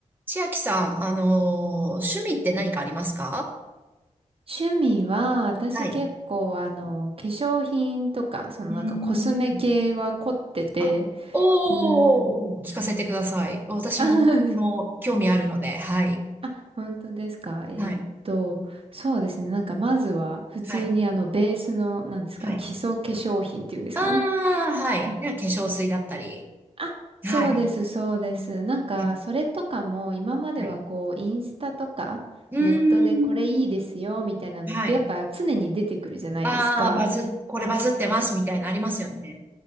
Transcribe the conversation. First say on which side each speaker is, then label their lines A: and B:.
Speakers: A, on the right (about 15°); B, on the right (about 50°).
A: 千秋さん、あのー趣味って何かありますか
B: 趣味は、私結構、
A: はい。
B: あの、化粧品とか、そのなんかコスメ系は凝ってて、
A: うーん。あ、おー、
B: うーん。
A: 聞かせてください。私も、
B: <laughs> あはは、
A: もう、興味あるので、はい。
B: あ本当ですか。えーっと、
A: はい。
B: そうですね。なんかまずは、普通にあの、
A: はい。
B: ベースの、なんですか、
A: はい。
B: 基礎化粧品っていうんですかね。
A: ああ、はい。
B: はい
A: では化粧水だったり。
B: あそうです、
A: はい。
B: そうです。なんか、
A: は
B: それとかも、今まではこう、
A: い。
B: インスタとか、
A: うーん。
B: ネットでこれいいですよ、みたいなのって、
A: はい。
B: やっぱ常に出てくるじゃないですか。
A: ああ、バズ、これバズってますみたいなのありますよね。